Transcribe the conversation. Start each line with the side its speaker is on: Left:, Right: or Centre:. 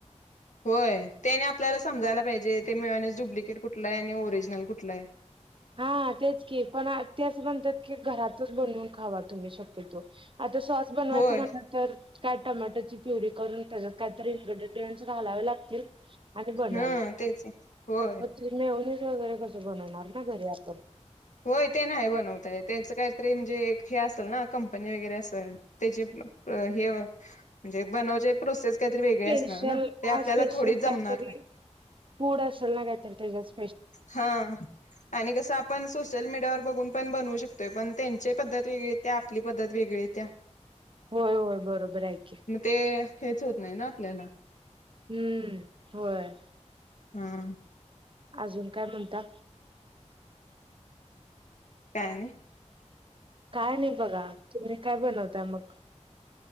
Left: होय ते आणि आपल्याला समजायला पाहिजे. ते मेयॉनिज डुप्लिकेट कुठलय आणि ओरिजनल कुठलय?
Right: हा तेच की, पण आरती आसं म्हणतात की, घरातच बनवून खावा तुम्ही शक्यतो. आता सॉस बनवायचं
Left: होय
Right: म्हणलं तर काय टोमॅटोची प्युरी करून, त्याच्यात कायतरी इनग्रीडीडंअन्ट्स घालावे लागतील. आधी बोललाव
Left: ह
Right: हे,
Left: तेच होय
Right: पणं ते मेयॉनिजं. ते वगैरे कस बनवणार ना घरी आपण?
Left: होय ते नाही बनवता येत. त्यांच काहीतरी म्हणजे हे असेल ना, कंपनी वगैरे अस - तर त्याचे हे म्हणजे बनवचे प्रोसेस काहीतरी वेगळी
Right: स्पेशल
Left: असणार ना, ते
Right: हा
Left: आपल्याला
Right: स्पेशल
Left: थोडीच जमणार
Right: काहीतरी
Left: नाही.
Right: फूड असल ना, काही तरी तेज्याज
Left: हा आणि कस आपण सोशलमिडियावर बघून पण बनवू शकतोय. पण त्यांची पद्धत वेगळी येतीया, आपली पद्धत वेगळी येतीया.
Right: होय होय बरोबर आहे की
Left: मग ते, हेच होत नाही ना आपल्याला
Right: हुं. होय.
Left: हा.
Right: अजून काय म्हणता?
Left: काय नाही.
Right: काय नाही बघा तुम्ही काय बनवताय मग?